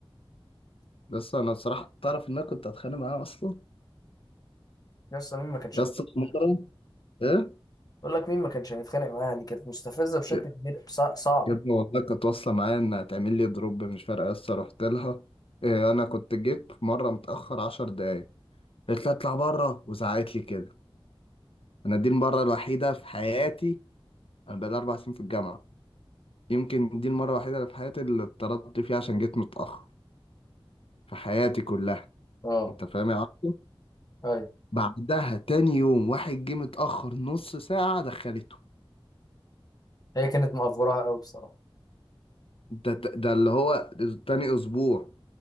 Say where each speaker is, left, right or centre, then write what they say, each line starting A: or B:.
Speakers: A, on the left; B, on the left.
A: بس أنا بصراحة تعرف إن أنا كنت أتخانق معاها أصلا
B: يا اسطى مين ما كانش
A: يا
B: هيتخانق
A: اسطى في
B: معاها؟
A: مرة إيه؟
B: بقول لك مين ما كانش هيتخانق معاها دي كانت مستفزه بشكل
A: يا
B: كبير صع- صعب
A: يا ابني والله كانت واصلة معايا إنها تعمل لي دروب مش فارقة لسه رحت لها إيه أنا كنت جيت في مرة متأخر عشر دقايق قالت لي أطلع بره وزعقت لي كده أنا دي المرة الوحيدة في حياتي أنا بقالي أربع سنين في الجامعة يمكن دي المرة الوحيدة اللي في حياتي اللي اتطردت فيها عشان جيت متأخر في حياتي كلها
B: اه
A: أنت فاهم يا عبده؟
B: ايوه
A: بعدها تاني يوم واحد جه متأخر نص ساعة دخلته
B: هي كانت مقفوراها قوي بصراحه
A: ده ده اللي هو تاني أسبوع